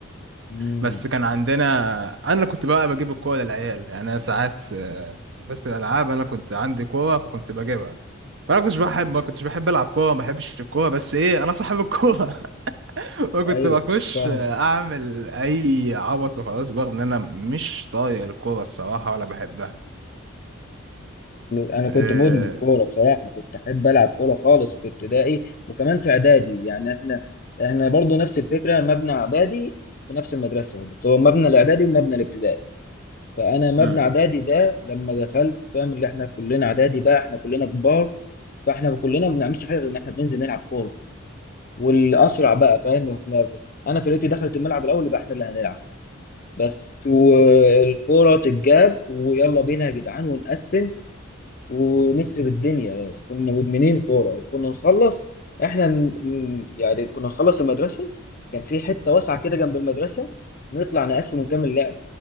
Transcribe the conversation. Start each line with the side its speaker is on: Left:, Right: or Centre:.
Left: امم
Right: بس كان عندنا انا كنت بقى بجيب الكوره للعيال يعني انا ساعات آه، بس الالعاب انا كنت عندي كوره فكنت بجيبها انا كنتش بحب ما كنتش بحب العب كوره ما بحبش الكوره بس ايه انا صاحب الكوره <laughs> وكنت
Left: ايوه
Right: بخش
Left: فاهمك
Right: آه، اعمل اي عبط وخلاص برغم ان انا مش طايق الكوره الصراحه ولا بحبها
Left: انا
Right: إيه...
Left: كنت مدمن كوره بصراحه كنت احب العب كوره خالص في ابتدائي وكمان في اعدادي يعني احنا احنا برضو نفس الفكره مبنى اعدادي في نفس المدرسه بس هو مبنى الاعدادي ومبنى الابتدائي فانا مبنى
Right: امم
Left: اعدادي ده لما دخلت فاهم اللي احنا كلنا اعدادي بقى احنا كلنا كبار فاحنا كلنا ما بنعملش حاجه غير ان احنا بننزل نلعب كوره والاسرع بقى فاهم احنا انا فرقتي دخلت الملعب الاول يبقى احنا اللي هنلعب بس والكورة تتجاب ويلا بينا يا جدعان ونقسم ونخرب الدنيا كنا مدمنين كورة وكنا نخلص احنا ن- ن- يعني كنا نخلص المدرسة كان في حتة واسعة كده جنب المدرسة نطلع نقسم ونكمل لعب